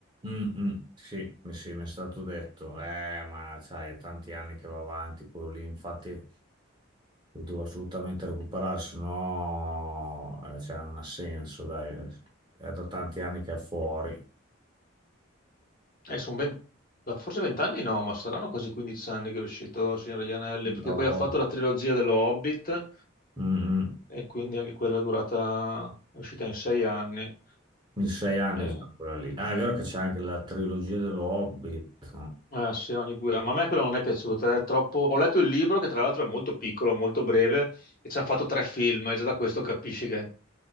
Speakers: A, on the right; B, on the left.
A: Mm, mm, sì, mi- sì, mi è stato detto, eh, ma sai, è tanti anni che va avanti quello lì, infatti lo devo assolutamente recuperare, se no eh, cioè, non ha senso, dai, è da tanti anni che è fuori.
B: Eh, sono ben- da- forse vent'anni no, ma saranno quasi 15 anni che è uscito Il Signore degli Anelli, perché
A: Cavolo.
B: poi ha fatto la trilogia dello Hobbit
A: Mm, mm,
B: e quindi anche quella è durata, è uscita in sei anni.
A: in sei anni
B: Eh,
A: già quella lì. Ah, è vero che c'è anche la trilogia dello Hobbit.
B: eh, sì, ogni due anni. Ma a me quella non è piaciuta, è troppo... Ho letto il libro che tra l'altro è molto piccolo, molto breve, e ci hanno fatto tre film, e già da questo capisci che